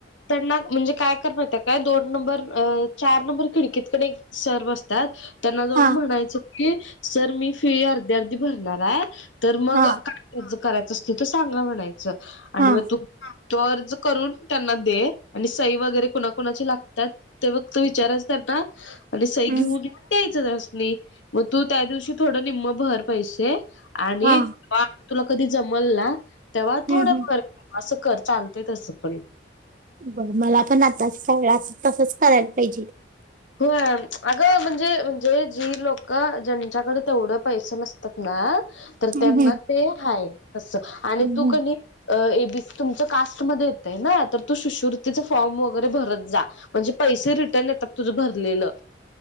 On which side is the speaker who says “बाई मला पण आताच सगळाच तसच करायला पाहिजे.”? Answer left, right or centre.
Right